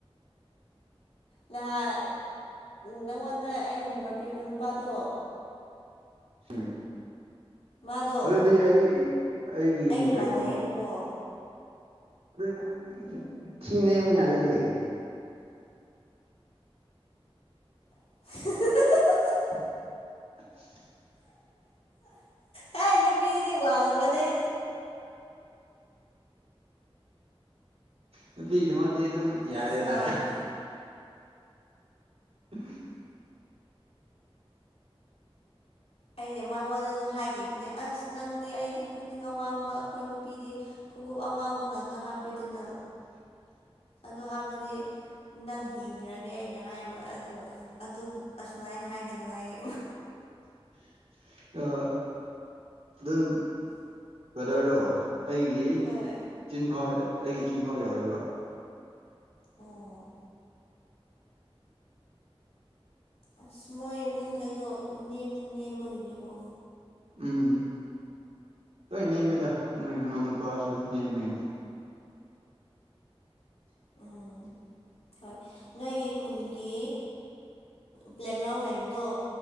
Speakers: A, on the left; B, on the right.
A: ꯂꯍꯥꯛ ꯅꯪꯉꯣꯟꯗ ꯑꯩꯒꯤ ꯅꯝꯕꯔ ꯄꯤꯕ ꯅꯨꯄꯥꯗꯣ
B: ꯎꯝ
A: ꯃꯥꯗꯣ
B: ꯑꯗꯨꯗꯤ ꯑꯩꯒꯤ ꯑꯩꯒꯤ
A: ꯑꯩꯒ
B: ꯀꯩꯅꯣ
A: ꯃꯥꯟꯅꯩꯌꯦꯕꯀꯣ
B: ꯑꯗꯨ ꯊꯤꯅꯦꯃꯤꯅ ꯑꯗꯨꯗꯤ
A: <inaudible>
B: <inaudible> <inaudible>
A: ꯍꯥꯏ ꯅꯨꯄꯤꯗꯨꯗꯤ ꯋꯥꯡꯉꯕꯅꯦ
B: ꯅꯨꯄꯤ ꯏꯗꯤ ꯃꯥꯗꯤꯤ ꯌꯦ ꯑꯗꯨꯝ ꯌꯥꯔꯦꯗꯥ
A: ꯑꯁ ꯋꯥꯡꯕ
B: ꯎ
A: ꯑꯩꯅ ꯃꯉꯣꯟꯗꯁꯨ ꯍꯥꯏꯈꯤꯕꯅꯦ ꯑꯁ ꯅꯪꯗꯤ ꯑꯩꯗꯤ ꯈꯨꯅꯤꯡ ꯑꯋꯥꯡꯕ ꯑꯩꯈꯣꯏ ꯅꯨꯄꯤꯗꯤ ꯈꯣꯡꯎꯞ ꯑꯋꯥꯡꯕ ꯉꯥꯛꯇ ꯍꯥꯞꯄꯤꯦꯗꯅ
B: <inaudible>
A: ꯑ ꯍꯥꯏꯕꯗꯤ ꯅꯪ ꯍꯤꯡꯈ꯭ꯔꯅꯤ ꯑꯩꯅ ꯍꯥꯏꯕ ꯑꯗꯣ ꯑꯁꯨꯃꯥꯏꯅ ꯍꯥꯏꯒꯅꯨ ꯍꯥꯏꯌꯦ
B: <inaudible> ꯑ ꯑꯗꯨꯝ ꯀꯗꯥꯔꯗꯣ ꯑꯩꯒꯤ
A: ꯍꯣꯏ
B: ꯆꯤꯟꯐꯥꯎ ꯑꯩꯒꯤ ꯏꯆꯤꯟꯐꯥꯎ ꯌꯥꯎꯔꯤꯕ
A: ꯑꯣ ꯑꯁ ꯃꯣꯏ ꯏꯕꯨꯡꯈꯩꯗꯣ ꯅꯦꯝꯁꯨ ꯅꯦꯝꯕꯒꯤꯅꯦꯀꯣ
B: ꯎꯝ ꯅꯃꯦꯗ ꯃꯅ ꯄꯥꯎꯁꯨ ꯅꯅꯤꯃꯦ <inaudible>
A: ꯎꯝ ꯍꯣꯏ ꯅꯣꯏꯒꯤ ꯈꯨꯟꯒꯤ ꯄ꯭ꯂꯦꯒ꯭ꯔꯥꯎꯟ ꯂꯩꯕꯗꯣ